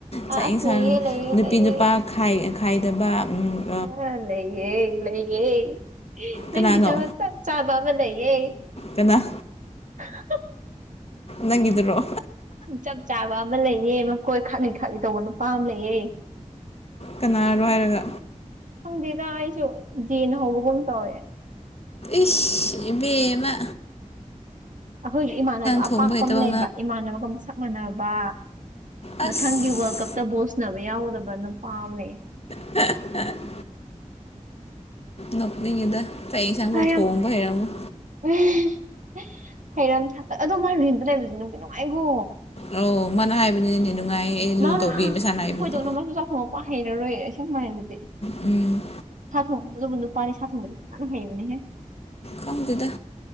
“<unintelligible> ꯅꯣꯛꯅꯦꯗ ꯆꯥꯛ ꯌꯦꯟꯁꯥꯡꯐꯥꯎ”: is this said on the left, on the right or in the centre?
Left